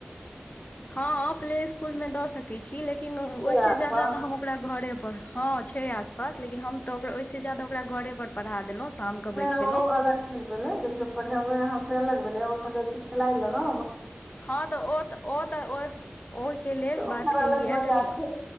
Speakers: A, on the left; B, in the centre.
A: हँ प्ले स्कुल मे दऽ सकै छी लेकिन ओहिसे
B: के आसपास
A: ज्यादा तऽ हम अपने ओकरा घरे पर हँ छै आसपास लेकिन हम तऽ ओकरा ओहिसँ जादा ओकरा घरे पर पढ़ा देलौं शाम क
B: नै
A: बैठेलौं
B: ओ अलग चीज भेलै देखियौ पढ़ेबे आहाँ से अलग भेलेै आ ओत जाइ छै खेलाइ ले न
A: हँ तऽ ओ तऽ ओ तऽ ओ ओहिके लेल
B: तऽ
A: बात
B: ओकर
A: केलियै
B: अलग मजा
A: कनि
B: छै